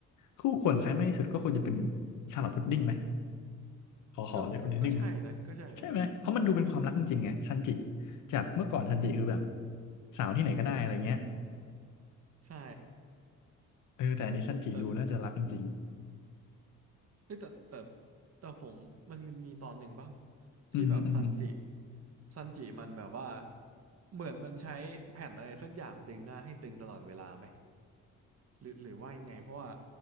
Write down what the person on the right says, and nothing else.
ก็ก็ใช่นะก็ใช่นะ
ใช่
แต่เอ้ยแต่แต่แต่ผมมันมันมีตอนหนึ่งป่ะ
ที่แบบซันจิซันจิมันแบบว่าเหมือนมันใช้แผ่นอะไรสักอย่างดึงหน้าให้ตึงตลอดเวลาไหม หรือหรือว่ายังไงเพราะว่า